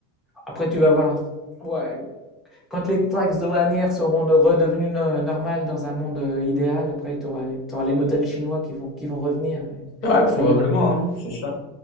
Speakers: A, in the centre; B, on the left (about 70°).
A: Après, tu vas voir, ouais, Quand les taxes douanières seront de- redevenues no- normales dans un monde euh, idéal, après, tu auras, les modèles chinois qui vont, qui vont revenir. et
B: Ouais, probablement,
A: ça ira.
B: hein, c'est ça.